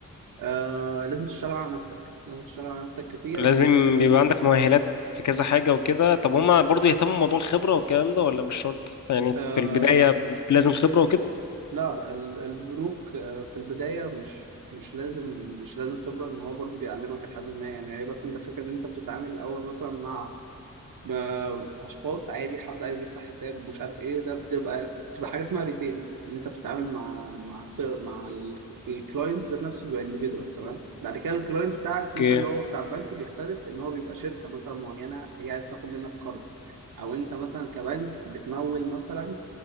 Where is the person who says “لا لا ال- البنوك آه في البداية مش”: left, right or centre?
Right